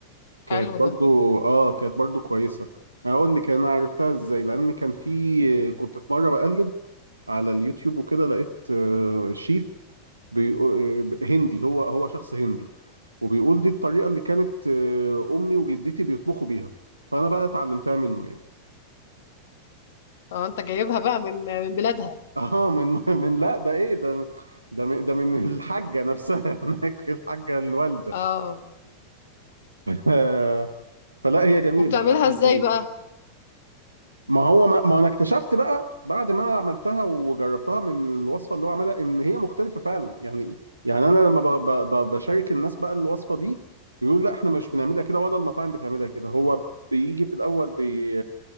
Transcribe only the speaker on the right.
كانت
برضو
اه كانت برضو كويسة هقول لك انا عرفتها ازاي لان كان في كنت في مرة بقلب على اليوتيوب وكده لقيت آه، شيف بيقو- آه، هندي هو هو شخص هندي وبيقول دي الطريقة اللي كانت آه، امي وجدتي بيطبخوا بيها فانا بقى اتعلمتها منه يعني
<laughs> اه من من لا ده ايه ده من ده من ده من الحاجة نفسها <laughs> هناك الحاجة الوالدة
<laughs> آه، فلا هي جميلة
لا هي
جميلة
ما هو ما, ما انا اكتشفت بقى بعد ما انا عملتها وجربتها من الوصفه اللي هو عملها ان هي مختلفه فعلا يعني يعني انا لما ب, ب, ب, بشارك الناس بقى الوصفه دي بيقولوا لا احنا مش بنعملها كده ولا المطاعم بتعملها كده هو بيجي في الاول بي